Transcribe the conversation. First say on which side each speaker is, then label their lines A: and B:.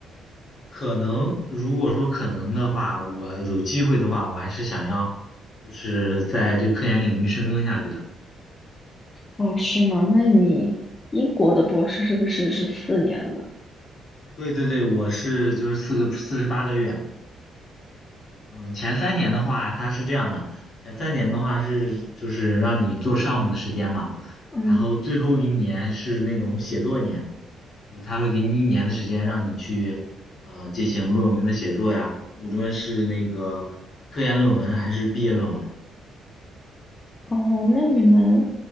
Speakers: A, on the left (about 55°); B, on the left (about 25°).
A: 可能如果说可能的话，我有机会的话，我还是想要就是在这个科研领域深耕下去的。
B: 哦，是吗？那你英国的博士是不是是四年的？
A: 对对对，我是就是四个四十八个月，嗯，前三年的话，它是这样的，前三年的话是就是让你做项目的时间嘛，
B: 嗯。
A: 然后最后一年是那种写作年。就是他会给你一年的时间，让你去呃进行论文的写作呀，无论是那个科研论文还是毕业论文。
B: 哦，那你们，